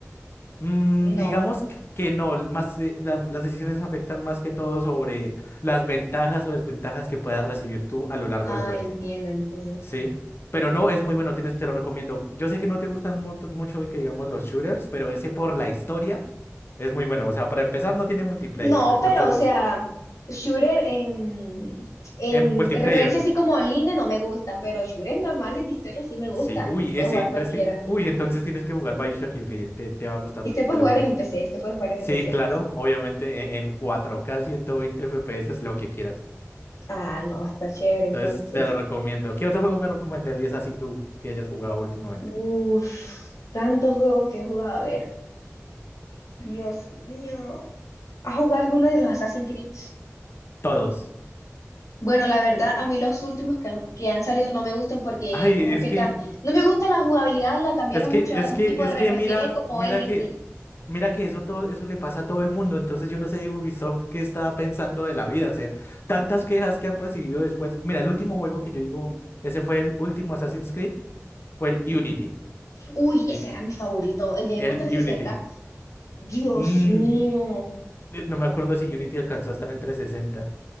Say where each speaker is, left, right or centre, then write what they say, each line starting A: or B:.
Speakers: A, on the left; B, on the left.
A: Mm,
B: No.
A: digamos que que no, l- más eh, la- las decisiones afectan más que todo sobre las ventajas o desventajas que puedas recibir tú a lo largo
B: Ah,
A: del juego,
B: entiendo, entiendo.
A: ¿sí? Pero no, es muy bueno, tienes, te lo recomiendo. Yo sé que no te gustan mu- mucho que digamos los shooters, pero ese por la historia es muy bueno. O sea, para empezar no tiene multiplayer,
B: No,
A: entonces
B: pero o
A: es
B: sea, shooter en, en
A: en multiplayer.
B: referencia así como online no me gustan, pero shooters normales de historia sí me gustan.
A: Sí, uy,
B: Puedo
A: ese,
B: jugar
A: entonces,
B: cualquiera.
A: tiene- uy, entonces tienes que jugar BioShock Infinite, te, te va a gustar,
B: Y usted puede
A: te lo
B: jugar
A: juro.
B: en PC, usted puede jugar en
A: Sí,
B: PC, ¿cierto?
A: claro, obviamente en en 4K 120 FPS es lo que quieras.
B: Ah, no, está chévere
A: Entonces
B: entonces.
A: te lo recomiendo. ¿Qué otro juego me recomendarías así tú que hayas jugado últimamente?
B: Uf, tantos juegos que he jugado. A ver, Dios mío. ¿Has jugado alguno de los Assassin's Creed?
A: Todos.
B: Bueno, la verdad, a mí los últimos que han, que han salido no me gustan porque
A: Ay,
B: como
A: es
B: que
A: que,
B: ca- no me gusta la jugabilidad, la cambiaron
A: es que,
B: mucho
A: es
B: al
A: que,
B: tipo
A: es
B: de RPG
A: que mira,
B: como
A: mira
B: Elden
A: que,
B: Ring.
A: mira que eso todo, eso le pasa a todo el mundo. Entonces yo no sé Ubisoft qué estaba pensando de la vida. O sea, tantas quejas que han recibido después. Mira, el último juego que yo digo, ese fue el último Assassin's Creed. Fue el Unity,
B: Uy, ese
A: ¿sí?
B: era mi favorito, el de
A: El
B: Xbox 360.
A: Unity.
B: Dios
A: Mm,
B: mío.
A: eh, no me acuerdo si Unity alcanzó a estar en trescientos sesenta